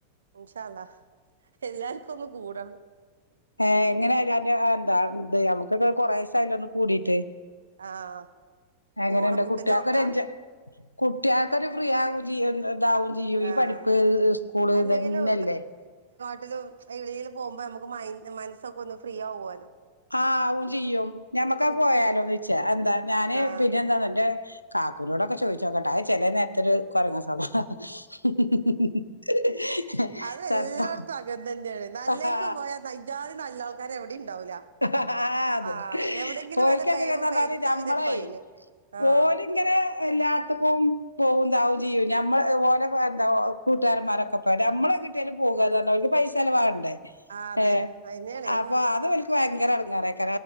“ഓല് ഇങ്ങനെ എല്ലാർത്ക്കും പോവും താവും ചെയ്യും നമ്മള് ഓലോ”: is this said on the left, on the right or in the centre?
Left